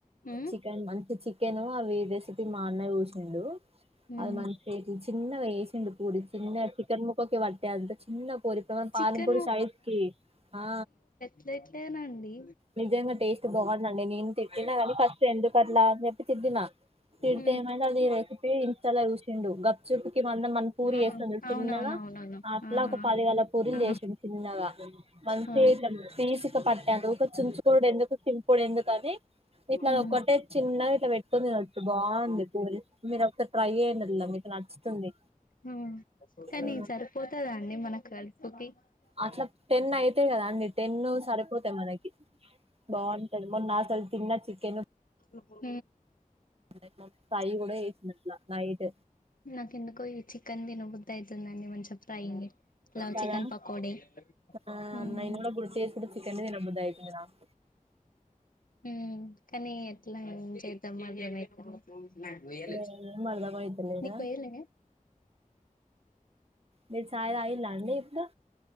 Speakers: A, on the left (about 75°); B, on the right (about 45°).
A: ఉమ్
B: చికెన్ అంత చికెను అవి రెసిపీ మా అన్న చేసిండు
A: ఉమ్
B: అది మంచి చిన్నగ చేసి చిన్న పూరి చిన్న చికెన్ ముక్కకి పట్టే అంత చిన్న పూరి
A: చికెన్
B: పానీ పూరిసైజుకి ఆ
A: ట్లేట్లెనండి
B: నిజంగా టేస్ట్ బాగుందండి నేను తిట్టిన కాని ఫస్ట్ ఎందుకు అట్లా అని చెప్పి తిట్టిన తిడితే
A: ఉమ్
B: ఏమైంది ఈ రెసిపీ ఇంస్టా ల చూసిండు గప్ చుప్ మందం మన్ పూరి
A: ఆ
B: చేస్తం చుడు చిన్నగా
A: అవునవునవునవును
B: అట్లా
A: ఆ
B: ఒక పదిగల పూరిలు
A: ఆ ఆ
B: చేసిండు చిన్నగా మంచి
A: ఆ
B: పీస్ కు పట్టదు చుంచుకొనుడు ఎందుకు చింపుడు ఎందుకు అని ఇట్లా
A: ఉమ్
B: ఒకటే చిన్నగా ఇట్లా పెట్టుది తినచ్చు బా గుంది పూరి మీరు ఒకసారి ట్రై చేయండి మీకు నచ్చుతుంది.
A: ఆ కానీ
B: ఆ,
A: సరిపోతాదండి మనకు కడుపుకి
B: అట్ల
A: ఉమ్
B: టెన్ అయితే కదా అన్నీ టెన్ సరిపోతాయి మనకి బాగుంటది మొన్న హల్ తిన్న చికెను
A: ఉ
B: మా మమ్మీ ఫ్రై కూడా చేసింది అట్ల నైట్
A: నాకెందుకో ఈ చికెన్ తినబుద్దయితుందండి మంచిం ఫ్రై లవ్
B: కదా
A: చికెన్ పకోడి
B: ఆ
A: ఉమ్
B: గుర్తుచేసుకుంటే చికెనే తినబుద్దయితుంది నాకు
A: ఉ కానీ ఎట్లా ఏం చేద్దాం మరి ఇప్పుడు నాకు వేయలేద్
B: ఏం అర్ధమైతలేదా
A: నీకు వేయలే
B: మీరు చాయ్ తాగిల్లాండి ఇపుడు